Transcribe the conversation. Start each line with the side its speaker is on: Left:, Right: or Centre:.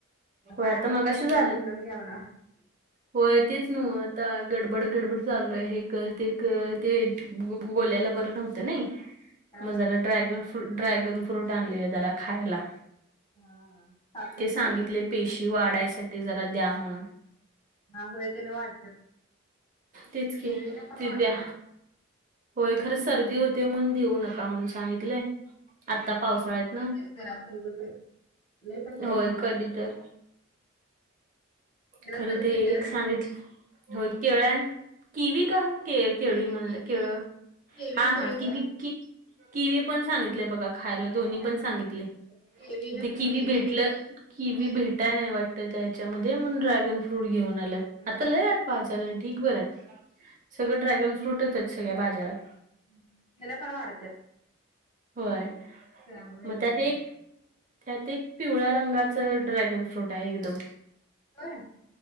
Left: आता
Right: होय
Left: आठ
Right: मगाशी
Left: दिवसाचा एकदम
Right: झालंत.
Left: बोलून घ्या म्हणा.
Right: होय तेच नो आता गडबड गडबड चालू आहे हे कर ते कर ते ब बोल्याला बरं नव्ह तं नी
Left: हा
Right: म
Left: हा
Right: जरा ड्रॅगन फ्रु ड्रॅगन फ्रूट आणलेले जरा खायला.
Left: हा खातोय
Right: ते
Left: त्यो
Right: सांगितले पेशी वाढायसाठी जरा द्या म्हणून.
Left: हा होय का नाही वाढत्यात
Right: तेच
Left: किवी
Right: की
Left: ने पण
Right: ती
Left: वाढत्यात.
Right: द्या होय खरं सर्दी होते म्हणून देऊ नका म्हणुन सांगितलय. आता पावसाळ्यातनं
Left: थोडंच आहे जरासं उगच लय पण द्यायचं
Right: ना होय
Left: नाही
Right: कधी तर.
Left: त्याला
Right: खरं
Left: सर्दी
Right: ते
Left: होत्या
Right: एक सांगितलं
Left: व्हय.
Right: हो केळ्यान किवी का के
Left: केवी
Right: केळी म्हणलं
Left: केवी
Right: केळं
Left: केवी
Right: हा
Left: फळ
Right: हा किवी
Left: ग
Right: कि किवी पण सांगितलेय बघा खायला. दोन्ही
Left: हा
Right: पण सांगितले
Left: केवीला
Right: ते
Left: पण
Right: किवी
Left: लगेच
Right: भेटलं
Left: फे हम्म.
Right: किवी भेट ताय नाही वाटतं त्याच्यामध्ये म्हणून ड्रॅगन फ्रूट घेऊन आल्यात. आता
Left: हा त्याला
Right: लय
Left: पण माहित
Right: बाजार
Left: असत.
Right: ढीक भर आहेत सगळं ड्रॅगन आहेत सगळ्या बाजारात.
Left: हम्म त्याना पण वाढत्यात
Right: होय
Left: चांगले
Right: मग
Left: आहे
Right: त्यात
Left: ती पण.
Right: एक त्यात एक पिवळ्या रंगाचा ड्रॅगन फ्रूट आहे एकदम.
Left: बर